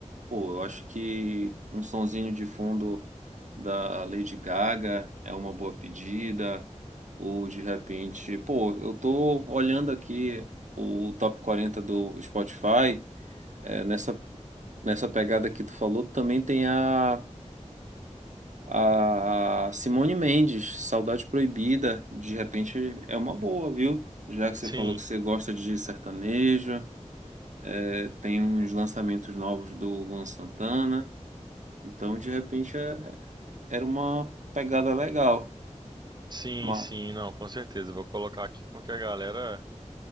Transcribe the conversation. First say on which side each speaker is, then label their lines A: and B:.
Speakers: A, on the right; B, on the right.
A: Pô, eu acho que um sonzinho de fundo da Lady Gaga é uma boa pedida, ou de repente, pô, eu tô olhando aqui o top 40 do Spotify, é, nessa, nessa pegada que tu falou, também tem a, a Simone Mendes, Saudade Proibida, de repente é uma boa, viu? Já que você
B: Sim,
A: falou que você gosta de sertanejo. É, tem uns lançamentos novos do Luan Santana. Então, de repente, é- era uma pegada legal.
B: sim,
A: Mas,
B: sim, não, com certeza. Eu Vou colocar aqui porque a galera